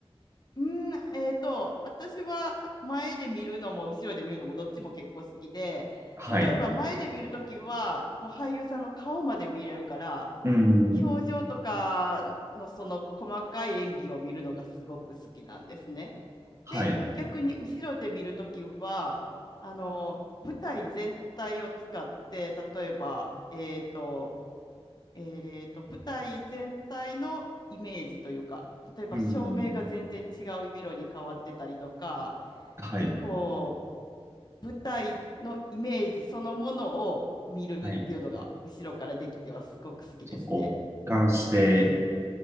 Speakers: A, on the left; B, on the right.
A: うーん、えっと、私は前で見るのも後ろで見るのもどっちも結構好きで、
B: はい。
A: 例えば前で見るときは、もう俳優さんの顔まで見れるから、
B: うん。
A: 表情とかのその細かい演技を見るのがすごく好きなんですね。
B: はい。
A: で、逆に後ろで見るときは、あの、舞台全体を使って、例えば、えっと、えーと、舞台全体のイメージというか、例えば照明が全然違う色に変わってたりとか、
B: うん。はい。
A: こう、舞台のイメージそのものを見るっていうのが後ろからできてはすごく好きですね。
B: はい。ちょっとこう、俯瞰して、